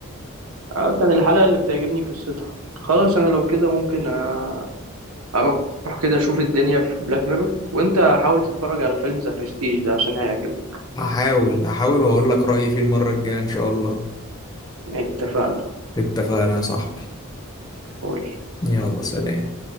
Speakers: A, on the right (about 80°); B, on the left (about 15°).
A: آه، كان الحلقة اللي بتعجبني قصتها خلاص أنا لو كده ممكن آه، أروح كده أشوف الدنيا في بلاك ميرور وأنت حاول تتفرج على فيلم ذا برستيج ده عشان هيعجبك
B: هحاول هحاول وأقول لك رأيي فيه المرة الجاية إن شاء الله
A: اتفقنا
B: اتفقنا يا صاحبي
A: قول
B: يلا سلام